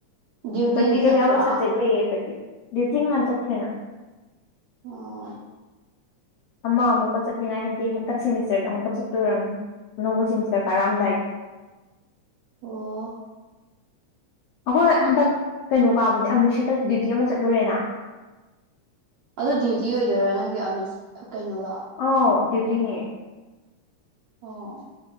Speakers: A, on the right; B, on the left.
A: ꯗ꯭ꯌꯨꯇꯤꯗꯤ
B: ꯄ꯭ꯔꯦꯛꯇꯤꯀꯦꯜ
A: ꯆꯠꯄ꯭ꯔꯣ
B: ꯌꯥꯎꯕ ꯁꯖꯦꯛ ꯂꯩꯌꯦ ꯑꯩꯈꯣꯏꯗꯤ ꯗꯌꯨꯇꯤ ꯉꯍꯥꯟ ꯆꯠꯈ꯭ꯔꯦꯅ
A: ꯑꯣ
B: ꯑꯃ ꯑꯃꯨꯛꯀ ꯆꯠꯅꯤꯡꯉꯥꯏ ꯍꯥꯏꯗꯤ ꯍꯟꯗꯛ ꯁꯦꯃꯤꯁꯇꯔꯒꯤ ꯑꯃꯨꯛꯀ ꯆꯠꯇꯣꯏ ꯑꯣꯏꯔꯝꯅꯤ ꯑꯅꯧꯕ ꯁꯦꯃꯤꯁꯇꯔ ꯀꯥꯔꯛꯑꯝꯗꯥꯏꯒꯤ
A: ꯑꯣ
B: ꯑꯩꯈꯣꯏ ꯍꯟꯗꯛ ꯀꯩꯅꯣ ꯀꯥꯕꯗꯤ ꯑꯃ꯭ꯔꯤꯠꯁꯔꯗ ꯗ꯭ꯌꯨꯇꯤ ꯑꯃ ꯆꯠꯂꯨꯔꯦꯅ
A: ꯑꯗꯨ ꯗ꯭ꯌꯨꯇꯤ ꯑꯣꯏꯗꯣꯏꯔꯣ ꯅꯪꯒꯤ ꯑꯃꯤꯠ ꯀꯩꯅꯣꯗ
B: ꯑꯧ ꯗ꯭ꯌꯨꯇꯤꯅꯤ
A: ꯑꯣ